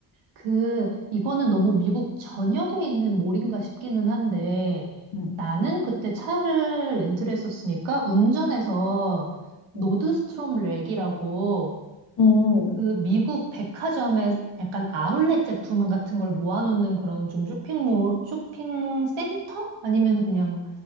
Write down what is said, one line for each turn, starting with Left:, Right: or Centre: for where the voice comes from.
Right: 그, 이거는 너무 미국 전역에 있는 몰인가 싶기는 한데,
Left: 음,
Right: 나는 그때 차를 렌트를 했었으니까, 운전해서 노드스트롬
Left: 음.
Right: 랙이라고,
Left: 음,
Right: 그 미국 백화점에 약간 아울렛 제품 같은 걸 모아놓는 그런 좀 쇼핑몰, 쇼핑 센터? 아니면 그냥